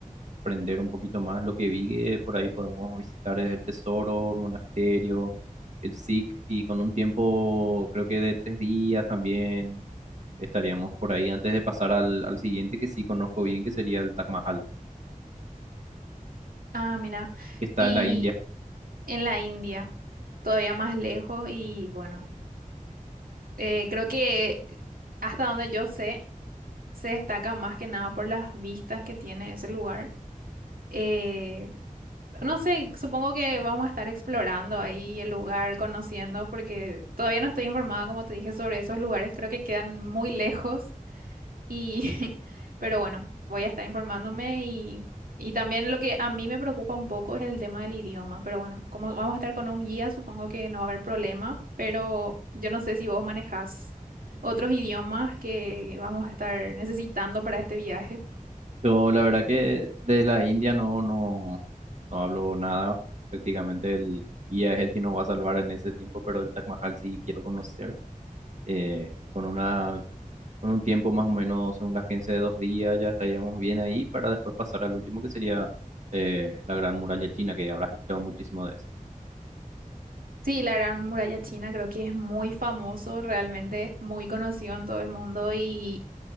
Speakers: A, on the right; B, on the right.
A: aprender un poquito más. Lo que vi que por ahí podemos visitar es el tesoro, el monasterio, el SIC, y con un tiempo creo que de tres días también estaríamos por ahí antes de pasar al, al siguiente que sí conozco bien, que sería el Taj Mahal,
B: Ah, mira.
A: que está
B: Y
A: en la India.
B: en la India, todavía más lejos y bueno, eh, creo que hasta donde yo sé, se destaca más que nada por las vistas que tiene ese lugar. Eh, No sé, supongo que vamos a estar explorando ahí el lugar, conociendo, porque todavía no estoy informada, como te dije, sobre esos lugares. Creo que quedan muy lejos y, <laughs> pero bueno, voy a estar informándome y, y también lo que a mí me preocupa un poco es el tema del idioma. Pero bueno, como vamos a estar con un guía, supongo que no va a haber problema, pero yo no sé si vos manejás otros idiomas que vamos a estar necesitando para este viaje.
A: Yo la verdad que de la India no, no, no hablo nada. Prácticamente el guía es el que nos va a salvar en ese tiempo, pero el Taj Mahal sí quiero conocer. eh, con una con un tiempo más o menos, según la agencia, de dos días, ya estaríamos bien ahí para después pasar al último, que sería eh, la Gran Muralla China, que habrás escuchado muchísimo de eso.
B: Sí, la Gran Muralla China creo que es muy famoso, realmente muy conocido en todo el mundo y